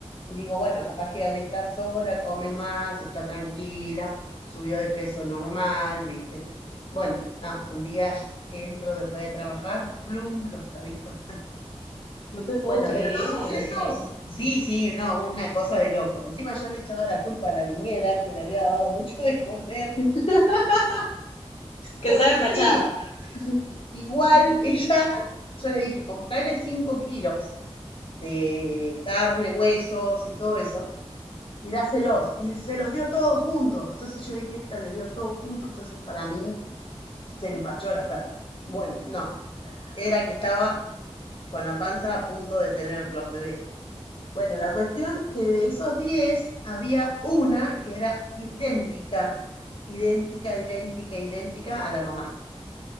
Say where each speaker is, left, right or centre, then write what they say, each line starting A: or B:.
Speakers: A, on the left; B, on the left.
A: digo, bueno, capaz que al estar sola come más, está tranquila, subió de peso normal, ¿viste? Bueno, no, un día entro después de trabajar, bloom, los perritos.
B: No te puedo
A: Bueno,
B: creer.
A: de todos Sí, sí, no, una cosa de loco. Encima yo le echaba la culpa a la niñera que le había dado mucho de comer,
B: <laughs> Que
A: porque
B: estaba empachada.
A: sí,
B: <laughs>
A: igual ella, yo le dije, comprale 5 kilos de carne, huesos y todo eso, y dáselos. Y se los dio todos juntos. Entonces yo dije, esta le dio todo junto, entonces para mí se empachó la perra. Bueno, no, era que estaba con la panza a punto de tener los bebés. Bueno, la cuestión que de esos 10 había una que era idéntica, idéntica, idéntica, idéntica a la mamá.